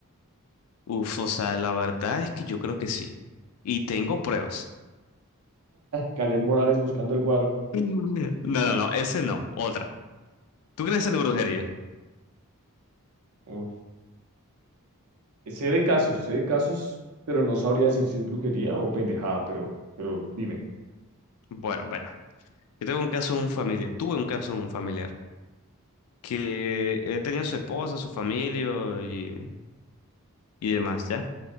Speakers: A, on the left; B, on the right.
A: Uf, o sea, la verdad es que yo creo que sí. Y tengo pruebas.
B: Kaleth Morales buscando el guaro.
A: <laughs> No, no, no, ese no, otra. ¿Tú crees en la brujería?
B: Uf. Sé de casos, sé de casos, pero no sabría decir si es brujería o pendejada, pero, pero dime.
A: Bueno, verá. Yo tengo un caso de un familiar, tuve un caso de un familiar que él tenía su esposa, su familia y, y demás, ¿ya?